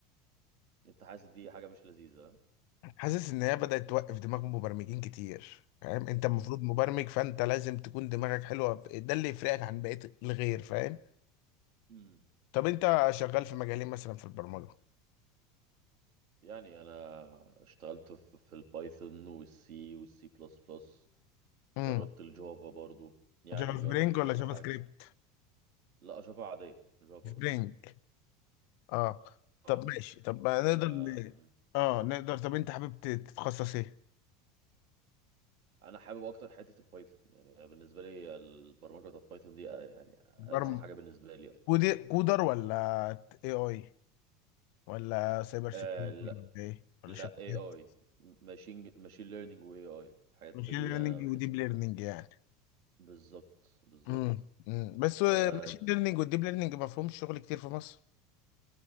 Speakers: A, on the right (about 80°); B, on the left (about 50°).
A: انت حاسس دي حاجة مش لذيذة
B: حاسس ان هي بدأت توقف دماغ مبرمجين كتير فاهم انت المفروض
A: امم
B: مبرمج فانت لازم تكون دماغك حلوة ده اللي يفرقك عن بقية الغير فاهم
A: امم
B: طب انت شغال في مجالين مثلا في البرمجة
A: يعني انا اشتغلت في, في البايثون والسي والسي بلس بلس
B: امم
A: جربت الجافا برضو يعني
B: جافا سبرينج
A: جربت كذا
B: ولا جافا
A: حاجة
B: سكريبت
A: لا جافا عادية جافا
B: سبرينج
A: بس
B: اه
A: اه
B: طب ماشي طب ما نقدر
A: آه،
B: ن...
A: مم.
B: اه نقدر طب انت حابب ت- تتخصص ايه
A: انا حابب اكتر حتة البايثون يعني أنا بالنسبة لي البرمجة بتاعت بايثون دي آه، يعني
B: برم...
A: انسب حاجة بالنسبة لي
B: كودي... كودر ولا اي اي ولا سايبر سكيورتي
A: آه لا
B: ولا ايه ولا
A: لا
B: شبكات
A: اي اي ماشين ماشين ليرنينج واي اي الحاجات
B: ماشين
A: دي
B: ليرنينج
A: انا بحس
B: وديب
A: ان
B: ليرنينج يعني
A: بالظبط بالظبط
B: امم امم بس ماشين
A: فدي
B: ليرنينج والديب ليرنينج ما فيهمش شغل كتير في مصر